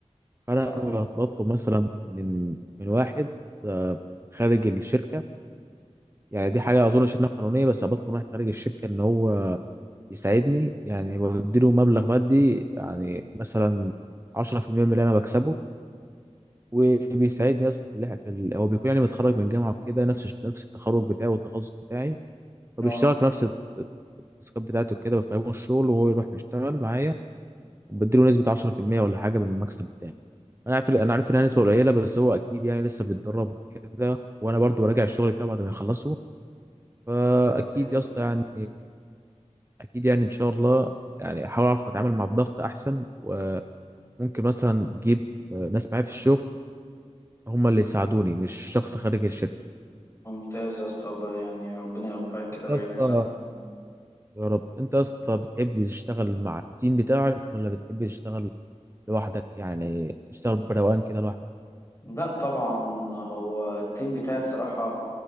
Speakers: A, on the right (about 20°); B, on the left (about 25°).
A: انا
B: صح
A: بطلب مثلا من من واحد آه، خارج الشركه يعني دي حاجه اظن انها قانونيه بس بطلب من واحد خارج الشركه ان هو يساعدني يعني بديله مبلغ مادي يعني مثلا 10% من اللي انا بكسبه وبيساعدني اصلا في اللي إحنا- في ال- هو بيكون يعني متخرج من جامعه وكده نفس الش- نفس التخرج بتاعي والتخصص بتاعي فبيشتغل
B: اه
A: في نفس التاسكات بتاعتي وكده بفهمه الشغل وهو يروح يشتغل معايا وبديله نسبه 10% ولا حاجه من المكسب بتاعي انا عارف انا عارف انها نسبه قليله بس هو اكيد يعني لسه بيتدرب كده وانا برضو براجع الشغل بتاعه بعد ما يخلصه فاكيد
B: ممتاز
A: يا اسطى
B: والله
A: يعني اكيد يعني ان شاء الله يعني احاول اعرف اتعامل مع الضغط احسن وممكن مثلا اجيب آه، ناس معايا في الشغل هم اللي يساعدوني مش شخص خارج الشركه
B: ممتاز يا اسطى والله يعني ربنا يوفقك كده
A: انت
B: ويعينك
A: يا اسطى
B: صح
A: يا رب انت يا اسطى بتحب تشتغل مع التيم بتاعك ولا بتحب تشتغل لوحدك يعني تشتغل بروقان كده لوحدك
B: لا طبعا هو التيم بتاعي الصراحة